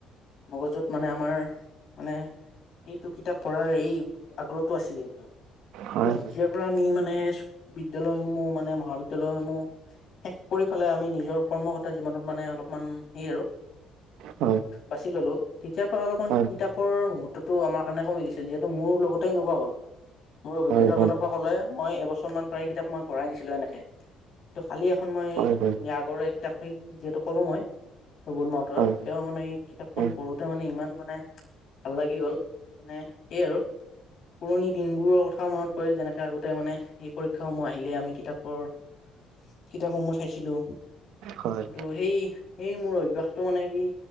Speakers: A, on the left; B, on the right.
A: মগজুত মানে আমাৰ মানে এইটো কিতাপ পঢ়াৰ এই আগ্ৰহটো আছিল, কিন্তু
B: হয়
A: তেতিয়াৰ পৰা আমি মানে বিদ্যালয়সমূহ মানে মহাবিদ্যালয়সমূহ শেষ কৰি পেলাই আমি নিজৰ কৰ্মগতা জীৱনত মানে অলপমান হে আৰু
B: হয়
A: বাছি ল'লো তেতিয়াৰ পৰা অলপমান
B: হয়
A: কিতাপৰ মুহুৰ্তত টো আমাৰ কাৰণে কমি গৈছে যিহেতু মোৰ লগতে এনেকুৱা হ'ল, মোৰ অভিজ্ঞতা
B: হয় হয়
A: ফালৰ পা ক'ব গ'লে মই এবছৰমান প্ৰায় কিতাপ মই পঢ়াই নাছিলো এনেকে। ত' কালি এখন মই
B: হয় হয়
A: ধুনীয়া আগৰেৰে কিতাপ এই যিহেতু ক'লো মই ৰবুল মাউতৰ,
B: হয়
A: তেওঁৰ মানে এই কিতাপখন
B: হয়।
A: পঢ়োতে মানে ইমান মানে ভাললাগি গ'ল মানে সেয়ে আৰু পুৰণি দিনবোৰ কথাও মনত পৰিল যেনেকে আগতে মানে এই পৰীক্ষাসমূহ আহিলেই আমি কিতাপবোৰ কিতাপসমূহ চাইছিলোঁ।
B: হয়
A: টো সেই, সেই মোৰ অভ্যাসটো মানে কি